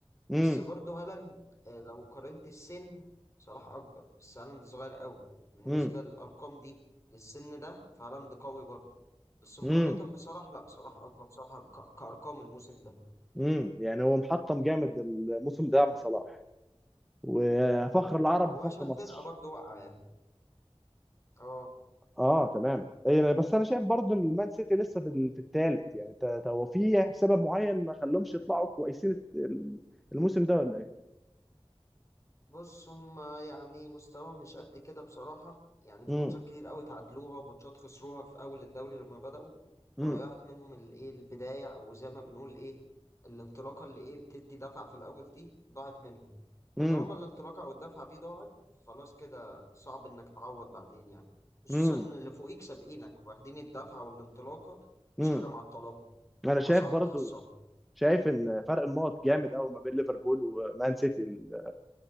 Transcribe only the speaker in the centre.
امم
امم
امم
امم يعني هو محطم جامد الموسم ده عم صلاح وفخر العرب
وفخر
مصر
اه تمام إيه، بس انا شايف برضو ان المان سيتي لسه في ال- في الثالث يعني ت- ت- هو في سبب معين ما خلهمش يطلعوا كويسين الت- الموسم ده ولا ايه
امم
امم
امم
امم
امم
انا شايف
برضو
شايف ان فرق النقط جامد قوي ما بين ليفربول ومان سيتي ال-